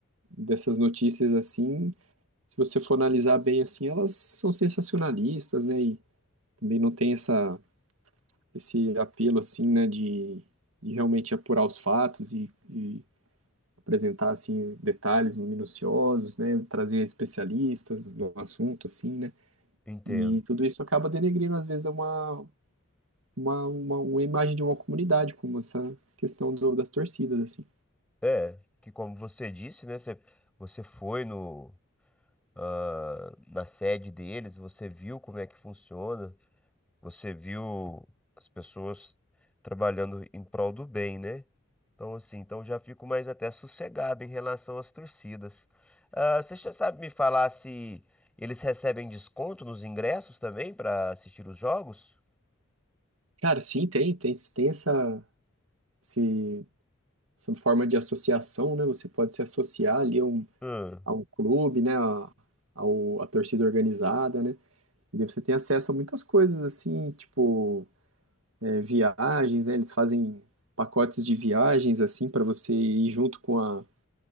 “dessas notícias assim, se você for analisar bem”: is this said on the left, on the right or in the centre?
Right